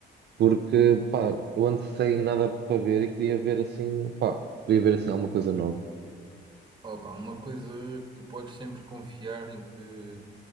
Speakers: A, on the right; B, on the right.
A: porque, pá, eu ando sem nada para ver e queria ver assim, pá, queria ver assim alguma coisa nova.
B: Opa, uma coisa que tu podes sempre confiar em que,